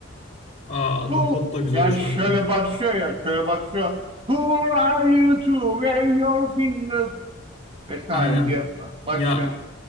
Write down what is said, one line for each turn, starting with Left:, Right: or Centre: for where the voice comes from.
Left: Aa
Right: Bu
Left: The Pot da güzel
Right: yani
Left: şarkılar.
Right: şöyle başlıyor ya şöyle başlıyor. Who are you to wave your fingers vesaire
Left: Aynen.
Right: diye
Left: Ya
Right: başlayan.